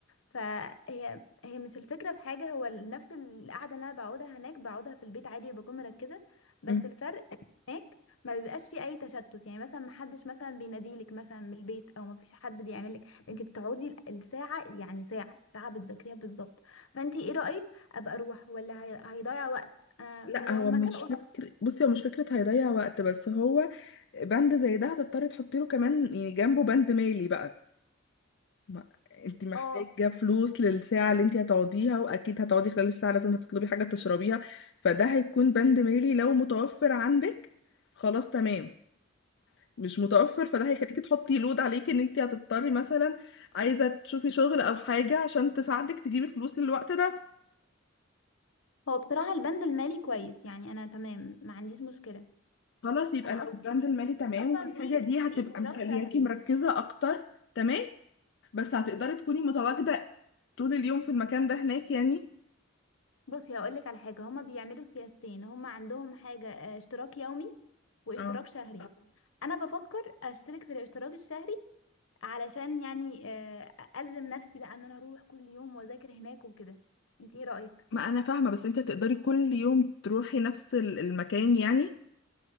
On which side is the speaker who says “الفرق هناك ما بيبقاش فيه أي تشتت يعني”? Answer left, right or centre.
Left